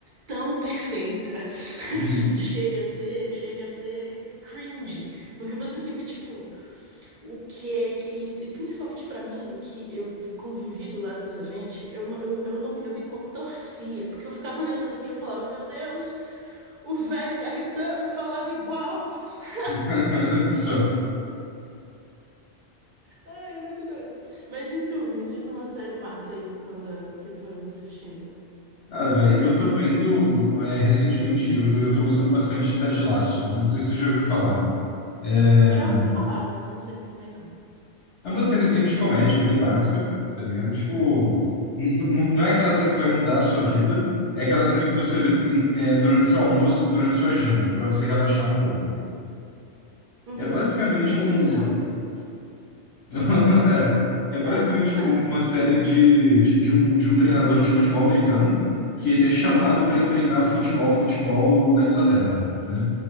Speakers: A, on the right; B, on the left.
A: tão perfeita, <laughs>
B: Uhum.
A: que chega a ser, chega a ser cringe, porque você fica tipo, o que que é isso? E principalmente pra mim, que eu convivi do lado dessa gente, eu, não- eu, eu não eu me contorcia, porque eu ficava olhando assim, eu falava, meu Deus, o velho garritano falava igual. <laughs>
B: <laughs> Só.
A: Ah, era muito doido. Mas e tu, me diz uma série massa aí que tu anda que tu anda assistindo.
B: Ah, velho, eu tô vendo é, recentemente, eu, eu tô gostando bastante de Ted Lasso. Não sei se você já ouviu falar. É,
A: Eu já ouvi falar, mas eu não sei muito bem não.
B: é uma sériezinha de comédia bem básica, tá ligado? Tipo, n- n- não é aquela série que vai mudar a sua vida, é aquela série que você vê du- em- é, durante seu almoço e durante sua janta, pra você relaxar um pouco.
A: Uhum.
B: É basicamente
A: Que nem
B: um.
A: você ontem. <laughs>
B: <laughs> É, é
A: É.
B: basicamente
A: <laughs>
B: um- uma série de, de, de um, de um treinador de futebol americano que ele é chamado para
A: Uhum.
B: ir treinar futebol, futebol na Inglaterra, né?